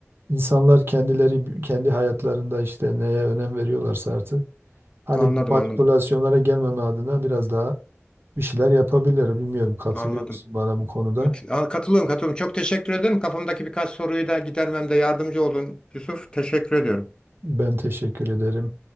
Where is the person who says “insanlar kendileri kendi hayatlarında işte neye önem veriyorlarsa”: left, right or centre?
Right